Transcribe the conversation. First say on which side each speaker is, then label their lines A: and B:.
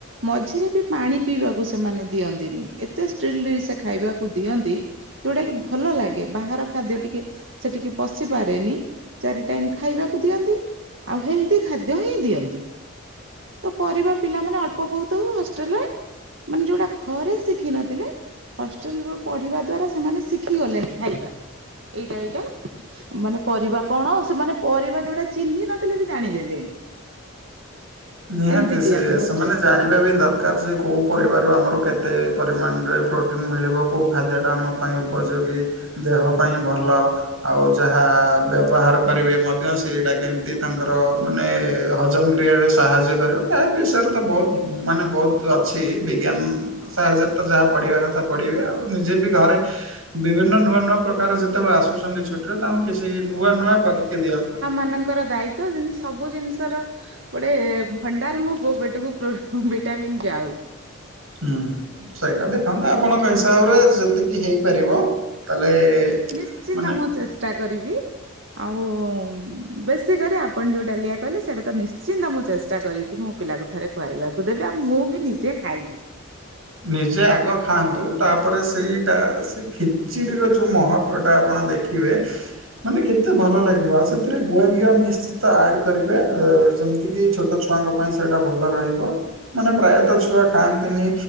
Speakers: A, on the right (about 60°); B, on the right (about 80°).
A: ମଝିରେ ବି ପାଣି ପିଇବାକୁ ସେମାନେ ଦିଅନ୍ତିନି ଏତେ <unintelligible> ସେ ଖାଇବାକୁ ଦିଅନ୍ତି। ଯୋଉଟା କି ଭଲ ଲାଗେ ବାହାର ଖାଦ୍ୟ ଟିକେ ସେଠିକି ପଶିପାରେନି। ଚାରି ଟାଇମ୍ ଖାଇବାକୁ ଦିଅନ୍ତି ଆଉ ହେଲଦି ଖାଦ୍ୟ ହିଁ ଦିଅନ୍ତି। ତ ପରିବା ପିଲାମାନେ ଅଳ୍ପ ବହୁତ ହଷ୍ଟେଲରେ ମାନେ ଯୋଉଟା ଘରେ ଶିଖିି ନଥିଲେ ହଷ୍ଟେଲରୁ ପଢିବା ଦ୍ଵାରା ସେମାନେ ଶିଖି ଗଲେଣି ଖାଇବା ଏଇଟା ଏଇଟା। ମାନେ ପରିବା କଣ, ସେମାନେ ପରିବା ଯୋଉଟା ଚିହ୍ନି ନଥିଲେ ବି ଜାଣିଦେଲେଣି।
B: ନିହାତି
A: ଏମିତି
B: ସେ
A: ଦିଅନ୍ତି ହଷ୍ଟେଲ।
B: ସେମାନେ ଜାଣିବା ବି ଦରକାର ଯେ କୋଉ ପରିବା ରୁ ଆମର କେତେ ପରିମାଣରେ ପ୍ରୋଟିନ୍ ମିଳିବ କୋଉ ଖାଦ୍ୟଟା ଆମ ପାଇଁ ଉପଯୋଗୀ। ଦେହ ପାଇଁ ଭଲ ଆଉ ଯାହା ବ୍ୟବହାର କରିବେ ମଧ୍ୟ ସେଇଟା କେମିତି ତାଙ୍କର ମାନେ ହଜମ କ୍ରିୟାରେ ସାହାଯ୍ୟ କରିବ ତା ବିଷୟରେ ତ ବହୁତୁ ମାନେ ବହୁତୁ ଅଛି ବିଜ୍ଞାନ ସାହାଯ୍ୟରେ ତ ଯାହା ପଢ଼ିବା କଥା ପଢ଼ିବେ ଆଉ ନିଜେ ବି ଘରେ ବିଭିନ୍ନ ନୂଆ ନୂଆ ପ୍ରକାର ଯେତେବେଳେ ଆସୁଛନ୍ତି ଛୁଟିରେ ତାଙ୍କୁ କିଛି ନୂଆ ନୂଆ କରିକି ଦିଅନ୍ତୁ।
A: ଏ ମାନଙ୍କର ଦାୟି ତ ଯେମିତି ସବୁ ଜିନିଷର ଗୋଟେ ଭଣ୍ଡାରେ ମୋ ପୁଅ ପେଟକୁ ଭିଟାମିିନ୍ ଯାଉ।
B: ହୁଁ ସେଇଟା ଦେଖନ୍ତୁ ଆପଣଙ୍କ ହିସାବରେ ଯେତିକି ହେଇପାରିବ ତାହେଲେ
A: ନିଶ୍ଚିନ୍ତ
B: ମାନେ
A: ମୁଁ ଚେଷ୍ଟା କରିବି। ଆଉ ବେଶୀ କରି ଆପଣ ଯୋଉ ଡାଲିଆ କହିଲେ ସେଇଟା ତ ନିଶ୍ଚିନ୍ତ ମୁଁ ଚେଷ୍ଟା କରିବି। ମୋ ପିଲାକୁ ଥରେ ଖୁଆଇବାକୁ ଦେବି ଆଉ ମୁଁ ବି ନିଜେ ଖାଇବି।
B: ନିଜେ ଆଗ ଖାଆନ୍ତୁ ତାପରେ ସେଇଟା ଶିଖି ଖିଚିଡ଼ିର ଯୋଉଁ ମହତ୍ଵଟା ଆପଣ ଦେଖିବେ ମାନେ କେତେ ଭଲ ଲାଗିବ ଆଉ ସେଥିରେ ଗୁଆଘିଅ ମିଶି ନିଶ୍ଚିନ୍ତ ଆଡ କରିବେ ଆଉ ଯେମିତି କିି ଛୋଟ ଛୁଆଙ୍କ ପାଇଁ ସେଇଟା ଭଲ ରହିବ। ମାନେ ପ୍ରାୟତ ଛୁଆ ଖାଆନ୍ତିନି